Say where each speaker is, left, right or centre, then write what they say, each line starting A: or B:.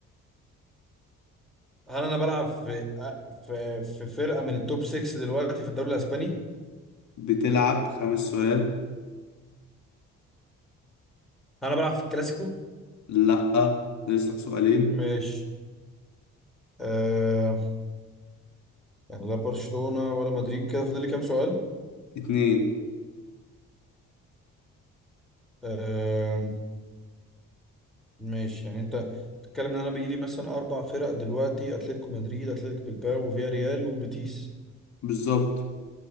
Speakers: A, in the centre; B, on the left.
A: هل انا بلعب في آه، في في فرقة من التوب 6 دلوقتي في الدوري الاسباني
B: بتلعب خمس سؤال
A: هل انا بلعب في الكلاسيكو
B: لأ ناقصلك سؤالين
A: ماشي أه... يعني لا برشلونة ولا مدريد كده فاضل لي كام سؤال
B: اتنين
A: آه، ماشي يعني انت بتتكلم ان انا بيجيلي مثلا اربع فرق دلوقتي اتلتيكو مدريد اتلتيك بلباو وفيا ريال وبيتيس
B: بالظبط